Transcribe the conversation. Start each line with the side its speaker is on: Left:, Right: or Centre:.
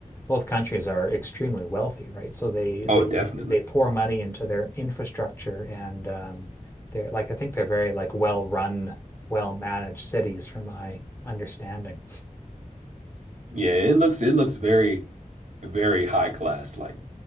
Left: both countries are extremely wealthy, right? So they
Right: Oh,
Left: they
Right: definitely.
Left: they pour money into their infrastructure and um, they're like I think they're very like well run, well managed cities from my understanding.
Right: Yeah, it looks it looks very, very high class, like